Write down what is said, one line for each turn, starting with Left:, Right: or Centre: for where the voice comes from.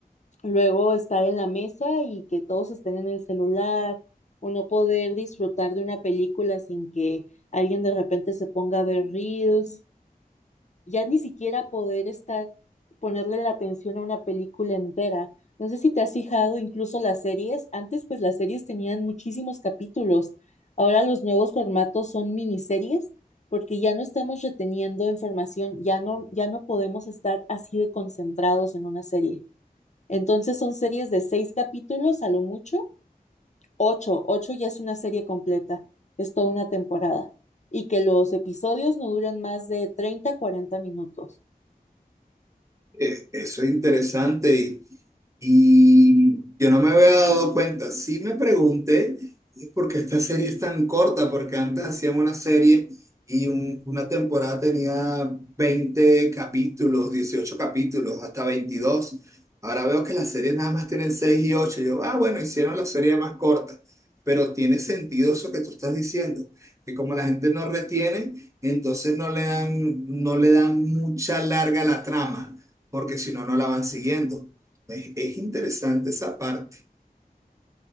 Left: luego estar en la mesa y que todos estén en el celular, o no poder disfrutar de una película sin que alguien de repente se ponga a ver reels ya ni siquiera poder estar, ponerle la atención a una película entera. No sé si te has fijado incluso las series. Antes, pues las series tenían muchísimos capítulos. Ahora los nuevos formatos son miniseries porque ya no estamos reteniendo información, ya no, ya no podemos estar así de concentrados en una serie. Entonces son series de seis capítulos a lo mucho, ocho, ocho ya es una serie completa, es toda una temporada. Y que los episodios no duran más de 30, 40 minutos.
Right: Eh, Eso es interesante y, y yo no me había dado cuenta. Sí me pregunté por qué esta serie es tan corta, porque antes hacían una serie y un- una temporada tenía 20 capítulos, 18 capítulos, hasta veintidós Ahora veo que las series nada más tienen 6 y ocho Yo, ah, bueno, hicieron la serie más corta, pero tiene sentido eso que tú estás diciendo, que como la gente no retiene, entonces no le dan, no le dan mucha larga a la trama porque si no, no la van siguiendo. Es, es interesante esa parte.